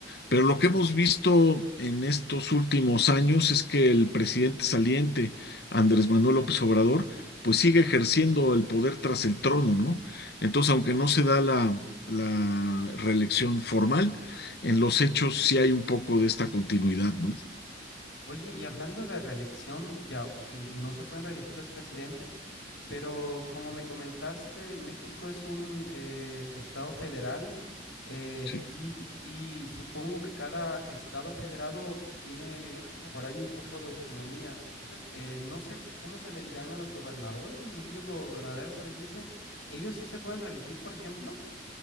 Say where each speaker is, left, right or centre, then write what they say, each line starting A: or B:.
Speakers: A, on the left (about 55°); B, on the left (about 70°).
A: Pero lo que hemos visto en estos últimos años es que el presidente saliente, Andrés Manuel López Obrador, pues sigue ejerciendo el poder tras el trono, ¿no? Entonces, aunque no se da la, la reelección formal, en los hechos sí hay un poco de esta continuidad, ¿no?
B: Oye, y hablando de reelección, ya, ok, no se pueden reelegir los presidentes, pero como me comentaste, México es un eh, estado federal eh,
A: Sí.
B: y, y supongo que cada estado federado tiene por ahí un poco de autonomía. Eh, no sé cómo se le dirán a los gobernadores, me imagino que gobernadores se les dice. ¿Ellos sí se pueden reelegir, por ejemplo?